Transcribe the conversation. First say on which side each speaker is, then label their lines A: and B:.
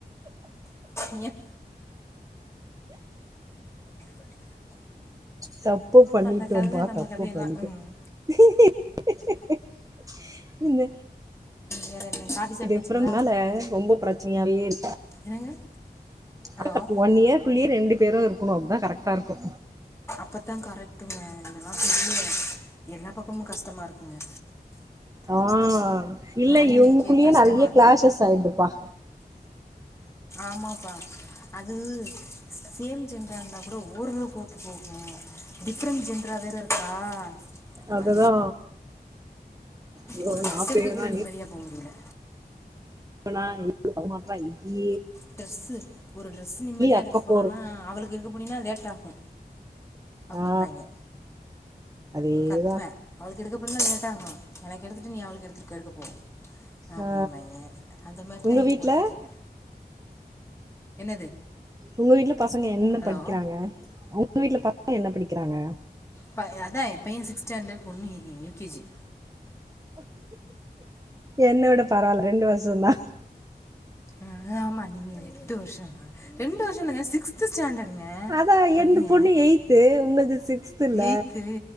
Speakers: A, on the left; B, on the right.
A: இயா
B: தப்பு பண்ணிட்டோம்பா
A: அந்த கதை நம்ம
B: தப்பு
A: கதையெல்லாம்
B: பண்ணிட்டோ
A: ம்
B: இக் இக் இந்த
A: வேற என்ன காஃபி சாப்பிட்டாச்சுங்களா
B: டிஃப்ரென்னால ரொம்ப பிரச்சனையாவே இருக்கு
A: என்னங்க ஹலோ
B: அதா ஒன் இயர் குள்ள ரெண்டு பேரோ இருக்கணு அப்பதா கரெக்டா இருக்கோ
A: அப்பத்தா கரெக்டுங்க <inaudible> எல்லா பக்கமும் கஷ்டமா இருக்கோ இங்க
B: ஆ இல்ல
A: ஹேண்ட்லிங்க்கே
B: இவுங்க குள்ளயே
A: கஷ்டமாக
B: நெறைய
A: இருக்குது
B: கிளாசஸ் ஆயிடுப்பா
A: ஆமாப்பா து சேம் சென்றாக கூட ஓரளவுக்கு ஒத்து போகு டிஃபர்ரெண் ஜென்ரா வேற ஆ
B: அதுதா ஐயோ
A: ஒரு டிரஸ்
B: நா
A: எடுக்க
B: பெரியவனா
A: கூட நிம்மதியா போக முடியல்ல
B: பனா எ <inaudible> இக்கீ
A: டிரெஸ் ஒரு டிரெஸ் நிம்மதிய
B: அக்க
A: எடுக்கப் போலானா
B: போறது
A: அவளுக்கு எடுக்க போனினா லேட் ஆகு அப்டிம்பாங்க
B: ஆ அதேதா
A: கத்துவே அவளுக்கு எடுக்கப்போனேனா லேட்டாகு எனக்கு எடுத்துட்டு நீ அவளுக்கு எடுத்துக் எடுக்க போ அப்டிம்பாங்க
B: ஆ
A: அந்த மாரிதா
B: உங்க
A: இங்க
B: வீட்ல
A: போய்கிட்ருக்கு என்னது
B: உங்க வீட்லப் பசங்க என்ன
A: ஹலோ
B: படிக்கிறாங்க அவுங் உங்க வீட்டுல ப <inaudible> என்ன படிக்கிறாங்க
A: ப அதா எ பைய சிக்ஸ் ஸ்டாண்டட் பொண்ணு யு கே ஜி
B: என்னோட பரவாயில்ல ரெண்டு வருஷொ தா
A: அஹ் ஆமா நீங்க எட்டு வருஷொ நா ரெண்டு வருஷ தங்க சிக்ஸ்த் ஸ்டாண்டட்டுங்க
B: அதா
A: பைய
B: என்து பொண்ணு எய்த்து உங்கள்து சிக்ஸ்துல
A: ஏய்த்து